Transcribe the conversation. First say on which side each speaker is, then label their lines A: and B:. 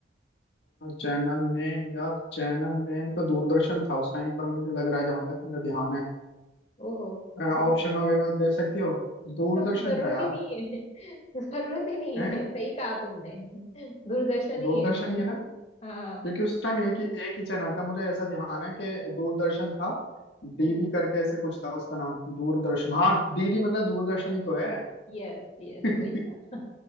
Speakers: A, on the left (about 75°); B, on the left (about 40°).
A: चैनल नेम यार चैनल नेम तो दूरदर्शन था उस टाइम पर मुझे लग रहा है जहां तक मेरा ध्यान है
B: ओहो ओहो
A: ऑप्शन वगैरह दे सकती हो दूरदर्शन
B: तो जरूरत
A: था यार
B: ही नहीं है <laughs> जरूरत ही नहीं
A: हैं
B: है सही कहा तुमने दूरदर्शन ही
A: दूरदर्शन
B: है
A: ही है ना
B: हाँ
A: क्योंकि उस टाइम एक ही एक ही चैनल था मुझे ऐसा ध्यान है कि दूरदर्शन था डीडी
B: हम्म
A: करके ऐसे कुछ था उसका नाम दूरदर्शन हाँ डीडी मतलब दूरदर्शन ही तो है
B: यस यस
A: <laughs>
B: वही था